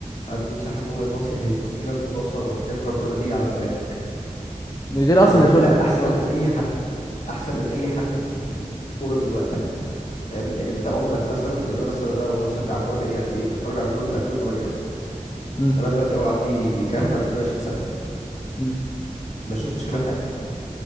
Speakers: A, on the left; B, on the left.
A: عنده مساحه ان هو يباصي هيباصي لك باصه وحياه ربنا ما تيجي على دماغك
B: من غير اصلا
A: ي-
B: ما
A: يعملها
B: اشوفها
A: احسن
B: اه
A: من اي حد احسن
B: أمم،
A: من اي حد في ال- في الكوره دلوقتي فاهم يعني انت عمرك مثلا يعني انا مثلا انا بشجع كوره بقالي قد ايه بتفرج على كوره من 2008 مثلا
B: أمم،
A: انا دلوقتي اهو عندي كام عندي 22 سنه
B: أمم.
A: ما شفتش كده في حياتي